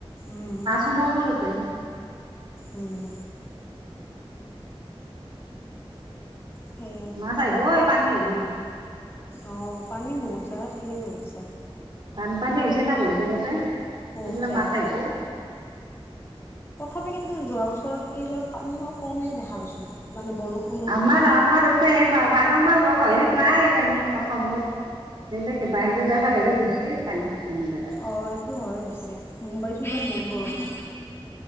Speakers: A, on the left (about 25°); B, on the right (about 50°).
A: উম উম
B: <unintelligible> আছে।
A: উম। সেয়াই।
B: নাচাই ব এই পানী উলিব।
A: অ পানী বহুত জাগাত সেৰ হৈছে।
B: বানপানী হৈছে না বহুত জেগাতে
A: বহুত
B: সেইবিলাক
A: জেগাতে
B: মাছ আহিব।
A: তথাপি কিন্তু যোৱা বছৰত কেইবাৰ পানী মই কমেই দেখা পাইছো, মানে বৰষুণ
B: আমাৰ আমাৰ এতে সেই বানাৰ <unintelligible> হেৰিত নাই মানী অসমত। বেলেগক বাহিৰ দেখা হেৰি ধুছি পানী কিছুমান জেগাত।
A: অ সেইটো হয় পিছে, মুম্বাইত চুম্বাইৰ বহুত বৰষুণ।